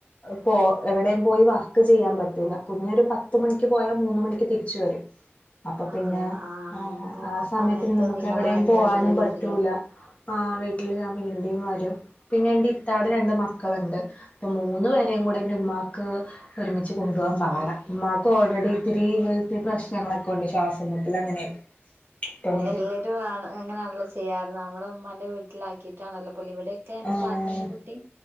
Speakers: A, on the left (about 30°); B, on the right (about 60°).
A: പോ എവിടെയും പോയി വർക്ക് ചെയ്യാൻ പറ്റൂല്ല കുഞ്ഞ് ഒരു പത്തു മണിക്ക് പോയാൽ മൂന്ന് മണിക്ക് തിരിച്ചു വരും അപ്പൊ
B: അതെയോ
A: പിന്നെ ആഹ്
B: എന്താ
A: ആഹ്
B: ആ
A: സമയത്തിന്
B: സമയത്ത്
A: നമുക്ക്
B: നിങ്ങള്
A: എവിടെയും
B: വേണ്ടി
A: പോവാനും
B: വരൂലേ വീട്ടില്
A: പറ്റൂല ആഹ് വീട്ടില് ഞാൻ വേണ്ടിം വരും പിന്നെ എന്റെ ഇത്താടെ രണ്ട് മക്കളുണ്ട് ഇപ്പൊ മൂന്ന് പേരെയും കൂടെ എന്റ് ഉമ്മാക്ക് ഒരുമിച്ച് കൊണ്ടു പോകുവാൻ പാടാ
B: ന്നാ
A: ഉമ്മാക്ക് ഓൾറെഡി
B: ആഹ്
A: ഇത്തിരി ഹെൽത്ത് പ്രശ്നങ്ങളൊക്കെ ഉണ്ട് ശ്വാസം മുട്ടൽ അങ്ങനെയൊക്കെ അപ്പം
B: അതെ എല്ലാരും ആണ് അങ്ങനെയാണല്ലോ ചെയ്യാറ് നമ്മളെ ഉമ്മാന്റെ വീ ട്ടിലാക്കിയിട്ടാണല്ലോ പോകല് ഇവിടെയൊക്കെ എന്റെ
A: ആഹ്
B: താത്താന്റെ കുട്ടിയും